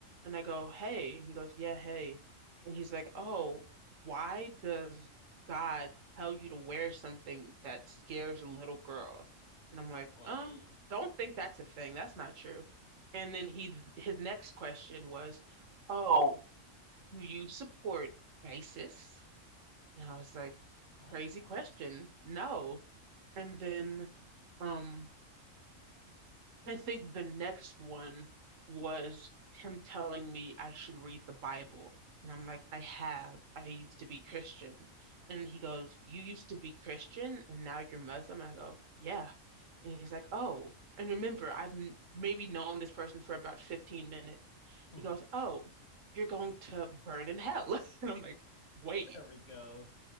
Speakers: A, on the right; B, on the left.
A: and I go, "Hey," and he goes, "Yeah, hey," and he's like, "Oh, why does God tell you to wear something that scares little girls?" And I'm like,
B: Whoa.
A: "Um, don't think that's a thing. That's not true." And then he his next question was, "Oh, do you support ISIS?" And I was like,
B: What?
A: "Crazy question. No." And then um, I think the next one was him telling me I should read the Bible. And I'm like, I have. I used to be Christian. And he goes, You used to be Christian and now you're Muslim? And I go, Yeah. And he's like, Oh. And remember, I've m maybe known this person for about 15 minutes.
B: Mm-hmm.
A: He goes, Oh, you're going to burn in hell. <laughs> And I'm like, Wait,
B: there we go.